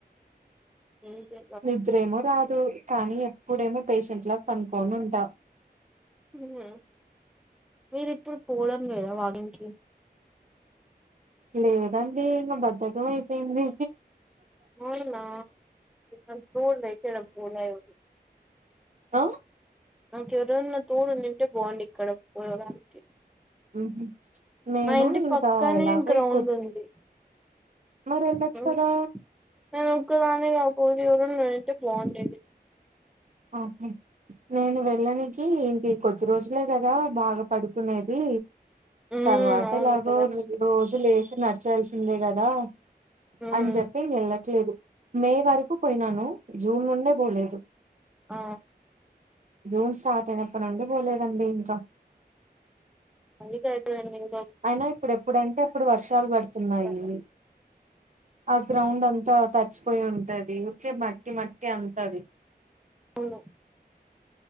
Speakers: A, in the centre; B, on the right.
A: ఏజే
B: నిద్రేమో రాదు కానీ ఎప్పుడేమో పేషంట్ల పనుకొని ఉంటా
A: ఉ మీరూ ఇప్పుడు పోవడం లేదా వాకింగ్ కి
B: లేదండి ఇంకా బద్దకం అయిపోయింది
A: అవునా ఉమ్ పోండి అయితే రేపు పోలేగ
B: అ
A: నాకు ఎవరన్నా తోడు ఉండుంటే బాండు ఇక్కడ పోవడానికి
B: ఉ నేను
A: మా ఇంటి
B: ఇంకా
A: పక్కనే
B: ఎలాగో
A: గ్రౌండ్
B: ఈ కొత్
A: ఉంది
B: మరి వెళ్లొచ్చు
A: ఉమ్
B: కదా
A: నేను ఒక్కదాన్నే కాపోతే ఎవరైనా ఉంటే బావుండేది
B: ఆవ్ నెయ్ నేను వెళ్ళనికి ఇంకి కొద్ది రోజులే కదా బాగా పడుకునేది
A: ఉమ్
B: తర్వాత
A: అవును
B: ఎలాగో
A: కదా
B: రోజు లేసి నడచాల్సిందే కదా
A: ఉమ్
B: అని జేప్పి వెళ్ళట్లేదు మే వరకు పోయినాను జూన్ నుండే పోలేదు
A: ఆ
B: జూన్ స్టార్ట్ అయినప్పడు నుండి పోలేదండి ఇంకా
A: అది కరెక్టేనండి ఇంగ
B: అయినా ఇప్పుడు ఎప్పుడంటే అప్పుడు వర్షాలు పడుతున్నాయి
A: పిలిచారు
B: ఆ గ్రౌండ్ అంతా తడిచిపోయి ఉంటది ఊరికే మట్టి మట్టి అంతది
A: అవున